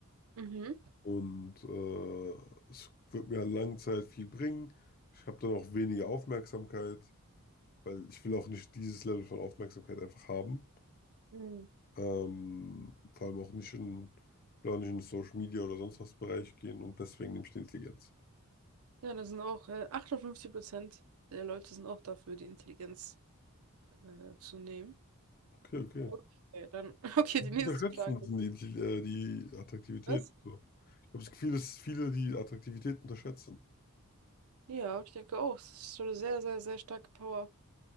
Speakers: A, on the right; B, on the left.
A: Mhm.
B: Und äh, es wird mir an langen Zeit viel bringen. Ich habe dann auch weniger Aufmerksamkeit, weil ich will auch nicht dieses Level von Aufmerksamkeit einfach haben.
A: Mhm.
B: Ähm, vor allem auch nicht in, ich will auch nicht in den Social Media oder sonst was Bereich gehen und deswegen nehme ich die Intelligenz.
A: Ja, da sind auch äh, 58% der Leute sind auch dafür, die Intelligenz äh, zu nehmen.
B: Okay, okay.
A: Okay, dann, <laughs> okay, die nächste
B: Unterschätzen
A: Frage
B: sind
A: ist
B: die, Intelli- äh, die Attraktivität.
A: das.
B: So. Ich habe das Gefühl, dass viele die Attraktivität unterschätzen.
A: Ja, ich denke auch, es ist schon eine sehr, sehr, sehr starke Power.